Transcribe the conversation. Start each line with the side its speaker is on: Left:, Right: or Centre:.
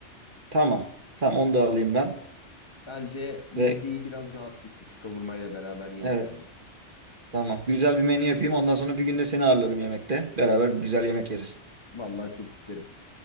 Right: Tamam. Tamam onu da alayım ben.
Left: Bence mideyi
Right: Ve
Left: biraz rahatlatır kavurmayla beraber yenirken
Right: evet,
Left: de.
Right: tamam. Güzel bir menü yapayım. Ondan sonra bir günde seni ağırlarım yemekte. Beraber bir güzel yemek yeriz.
Left: Vallahi çok isterim.